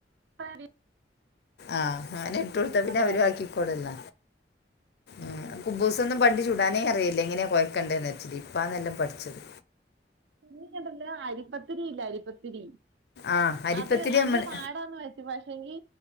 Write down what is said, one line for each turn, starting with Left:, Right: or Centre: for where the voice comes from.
Right: അ <unintelligible>
Left: ആഹ് അനെ ഇട്ട് കൊടുത്ത പിന്നെ
Right: അതെ
Left: അവര്ബാക്കി
Right: അതെ
Left: തോടല്ല ഉം കുബൂസൊന്നും പണ്ടി ചുടാനേ അറിയില്ലേ എങ്ങനെയാ കോയ കണ്ടച്ചത് ഇപ്പാന്നെല്ലാം പഠിച്ചത്.
Right: പിന്നെങ്ങട്ടല്ല അരിപ്പത്തിരി ഇല്ലേ അരിപ്പത്തിരി
Left: ആഹ് അരിപ്പത്തിരി
Right: അത് അത്
Left: നമ്മള്
Right: പാടാന്ന് വെ പക്ഷെങ്കി